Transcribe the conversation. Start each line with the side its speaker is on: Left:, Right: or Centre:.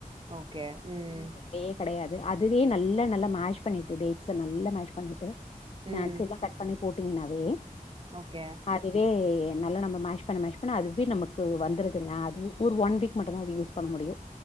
Right: ஓகே. ம்,
Left: எதுமே தேவயில்ல கெடையாது அதுவே நல்ல நல்லா மேஷ் பண்ணிட்டு டேட்ஸ்ஸ நல்லா மேஷ் பண்ணிட்டு
Right: ம்.
Left: நட்ஸ் எல்லா கட் பண்ணி போட்டீங்கன்னாவே
Right: ஓகே.
Left: அதுவே நல்லா நம்ம மேஷ் பண்ண மேஷ் பண்ண அதுவே நமக்கு வந்துருது ங்க அது ஒரு ஒன் வீக் மட்டுதா யூஸ் பண்ண முடியு